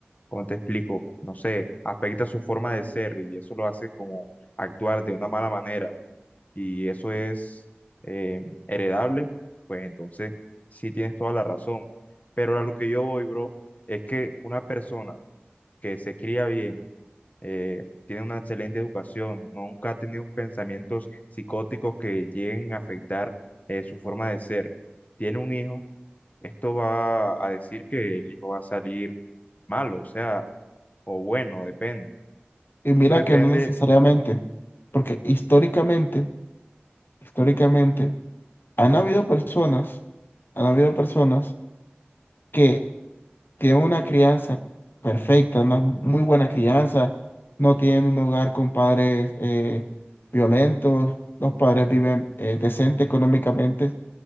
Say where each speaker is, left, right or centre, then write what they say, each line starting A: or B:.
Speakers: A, on the left; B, on the left.
A: ¿cómo te explico? No sé, afecta su forma de ser y eso lo hace como actuar de una mala manera y eso es eh, heredable, pues entonces sí tienes toda la razón. Pero a lo que yo voy, bro, es que una persona que se cría bien, eh, tiene una excelente educación, nunca ha tenido pensamientos psicóticos que lleguen a afectar eh, su forma de ser. Tiene un hijo, esto va a decir que el hijo va a salir malo, o sea, o bueno, depende.
B: Y mira
A: Eso depende,
B: que no necesariamente, porque históricamente, históricamente, han habido personas, han habido personas que tienen una crianza perfecta, una muy buena crianza, no tienen un hogar con padres eh, violentos, los padres viven eh, decente económicamente